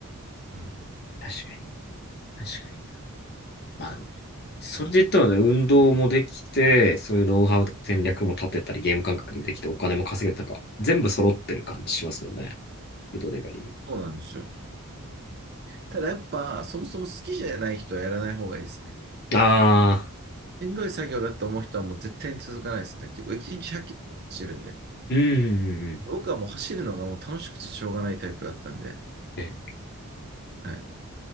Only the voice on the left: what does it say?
確かに、確かに。まあでも、それで言ったらね、運動もできて、そういうノウハウと戦略も立てたり、ゲーム感覚もできて、お金も稼げたか、全部揃ってる感じしますよね。フードデリバリーに。
ああ、
うん、うん、うん。
ええ、